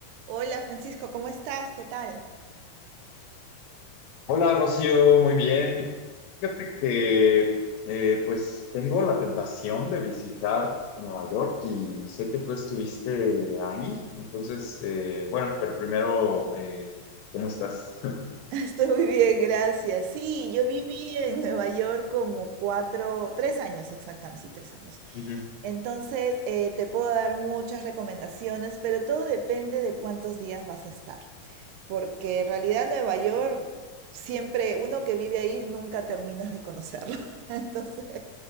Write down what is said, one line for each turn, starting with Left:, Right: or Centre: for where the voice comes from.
Right: Hola Francisco, ¿cómo estás? ¿Qué tal?
Left: Hola Rocío, muy bien. Fíjate que eh, pues tengo la tentación de visitar Nueva York y sé que tú estuviste ahí, entonces eh, bueno, pero primero, eh, ¿cómo estás? <laughs>
Right: <laughs> Estoy muy bien, gracias. Sí, yo viví en Nueva York como cuatro, tres años exactamente, sí, tres años.
Left: Ujú.
Right: Entonces, eh, te puedo dar muchas recomendaciones, pero todo depende de cuántos días vas a estar. Porque en realidad Nueva York, siempre, uno que vive ahí nunca terminas de conocerlo. <laughs> Entonces,